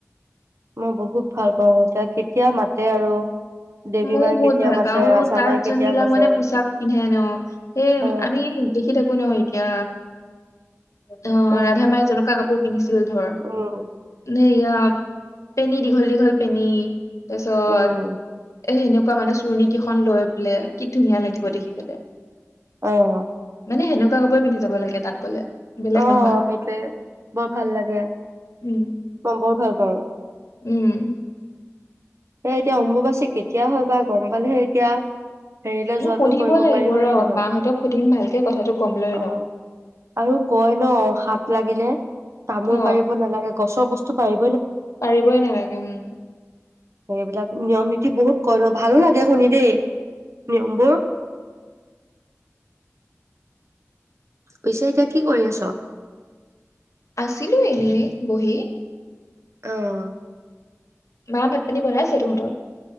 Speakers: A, on the right (about 60°); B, on the left (about 75°).
A: মই বহুত ভাল পাওঁ। এতিয়া কেতিয়া মাতে আৰু দেৱী
B: মইও
A: মায়ে
B: বহুত
A: কেতিয়া
B: ভাল
A: মাতে
B: পাওঁ।
A: ৰাধা
B: তাত
A: মায়ে কেতিয়া
B: যোনবিলাক
A: মাতে
B: মানে পোঁচাক পিন্ধে ন, সেই
A: অ
B: আমি <unintelligible> শুই থাকো ন এতিয়া অঁ
A: অ
B: ৰাধা মায় জেনকা কাপোৰ চিল ধৰ
A: উম
B: এতিয়া পেনী দীঘল দীঘল পেনী তা'ছত
A: উম
B: এ' সেনেকুৱা মানে চুৰণি কেইখন লৈ পেলায়, কি ধুনীয়া লাগিব দেখি পেলাই।
A: অঁ।
B: মানে হেনেকুৱাকাপোৰে পিন্ধি যাব লাগে তাত গ'লে। বেলেগ
A: অ
B: নহয়
A: সেইটোৱে বৰ ভাল লাগে
B: উম,
A: ম বৰ ভাল পাওঁ।
B: উম।
A: সে এতিয়া অম্বুবাচী কেতিয়া হয় বা গম পালেহে এতিয়া। হেৰিলৈ
B: মোক
A: যোৱাটো
B: সুধিব
A: কৰিব
B: লাগিব
A: পাৰি হয়
B: ৰ'
A: নহয়
B: মাহঁতক সুধিম ভালকে কথাটো গম লৈ
A: অ
B: ল'ম
A: আৰু কয় ন হাত লাগিলে তামোল
B: অ'
A: পাৰিব নালাগে। গছৰ বস্তু পাৰি।
B: পাৰিবই নালাগে উম।
A: এইবিলাক নিয়ম নীতি বহুত কৰ ভালো লাগে শুনি দেই। নিয়মবোৰ। পিছে এতিয়া কি কৰি আছ।
B: আছিলো এনেই বহি।
A: অহ।
B: মা ভাত। আপুনি বনাইছে তহঁতৰ।